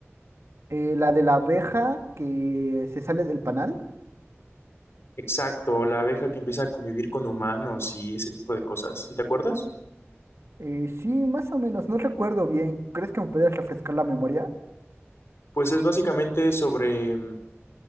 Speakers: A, on the right; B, on the left.
A: Eh, la de la abeja que se sale del panal.
B: Exacto, la abeja que empieza a convivir con humanos y ese tipo de cosas, ¿sí te acuerdas?
A: Eh, sí, más o menos, no recuerdo bien. ¿Crees que me podrías refrescar la memoria?
B: Pues es básicamente sobre mm,